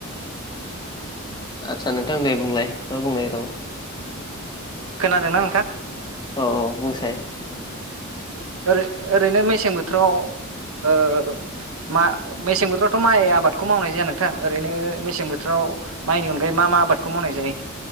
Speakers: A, on the left; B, on the right.
A: आदसा नोंथां दे बुंलाय मा बुंनो नागिरदोंमोन
B: खोनादोंना नोंथां?
A: औ बुंसाय
B: ओरो ओरैनो मेसें बोथोराव ओ मा मेसें बोथोरावथ' माइ आबादखौ मावनाय जाया नोंथां ओरैनो मेसें बोथोराव माइनि अनगायै मा मा आबादखौ मावनाय जायो?